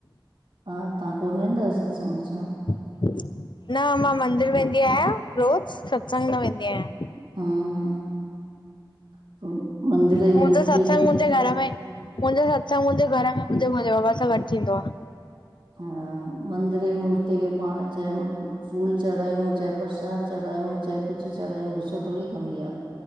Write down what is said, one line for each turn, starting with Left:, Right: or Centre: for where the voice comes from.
Right: हा तहां कोन वेंदा आहियो सत्संग वत्संग?
Left: न मां मंदिर वेंदी आहियां रोज़, सत्संग न वेंदी आहियां।
Right: हम्म म <unintelligible>
Left: मुंहिंजो
Right: मूर्तीअ
Left: सत्संग
Right: खे
Left: मुंहिंजे घर में मुंहिंजो सत्संग मुंहिंजे घर में मुंहिंजे भोले बाबा सां गॾु थींदो आ।
Right: हा मंदिर ॼी मूर्तीअ खे पांण चाहे फूल चढ़ायूं चाहे प्रसाद चढ़ायूं चाहे कुछु चढ़ायंऊ, गुस्सो थोड़ी कंदी आ।